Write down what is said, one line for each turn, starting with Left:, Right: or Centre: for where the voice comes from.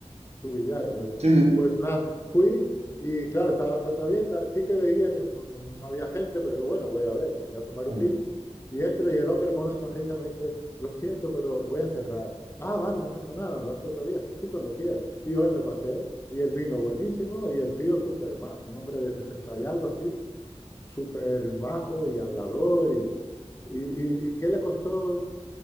Left: tu Villaga. Pues,
Right: sí.
Left: pues nada, fui y claro, estaba la puerta abierta, sí que veía que, no que no había gente, pero bueno, voy a ver, y me voy a tomar
Right: sí.
Left: un
Right: mm.
Left: vino. Y entro y el hombre con una sonrisa me dice, lo siento, pero voy a cerrar. Ah, vale, no pasa nada, me vas otro día, sí, sí, cuando quieras. Y hoy me pasé, y el vino buenísimo, y el tío súper majo, un hombre de 60 y algo así, súper majo y hablador, y, y, y, y ¿qué le costó